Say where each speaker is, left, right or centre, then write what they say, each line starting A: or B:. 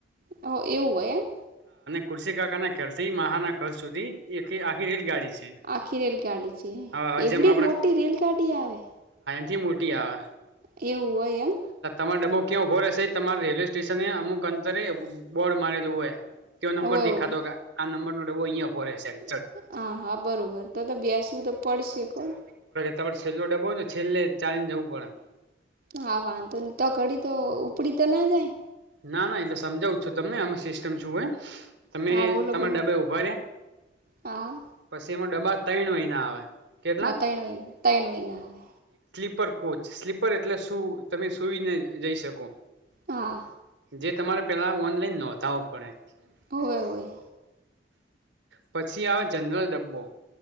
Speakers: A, on the right; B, on the right.
A: હ એવું હોય એમ
B: કુરશ કાકા ના કરથી મહાના ઘ સુધી એક આખી રેલ ગાડી છે.
A: આખી રેલગાડી છે
B: હવે હવે
A: એવડી
B: જેમ
A: મોટી રેલગાડી આવે
B: થી મોટી આવે
A: એવું હોય એમ
B: તમારે ડબ્બો ક્યાં ઉઊભો રહેશે, તમારે રેલવે સ્ટેશન અમુક અંતરે બોર્ડ મારેલું હોય. તે નંબર
A: હોય
B: દેખાતો,
A: હોય
B: કે આ નંબર નો ડબ્બો અહંયા ઊભો રહેશે એક્ઝેટ
A: હ, હા બરોબર તો તો બેસવું તો પડશે કોણ
B: તમા છેલ્લો ડબો ને છેલ્લે ચાલી ને જવું પડે
A: હા, વાંધો નહી. તો ઘડી તો ઉપડી તો ના જાય
B: ના ના એટલે સમજાવું છો, તમને આમાં સિસ્ટમ શું હોય તમે
A: હા બોલો
B: તમારા
A: બોલો
B: ડબ્બે ઉભા ર
A: હા
B: પછી, એમાં ડબ્બા તૈણ વય ના આવે કેટલા
A: હા, તૈણ વય તૈણ વય ના આવે
B: સ્પર કોચ સ્લીપર, એટલે શું તમે સુઈને જઈ શકો
A: હા
B: જે તમારે, પેલા ઓનલાઈન નોતાવો પડે
A: હોય હોય
B: પછી, આવે જનરલ ડબ્બો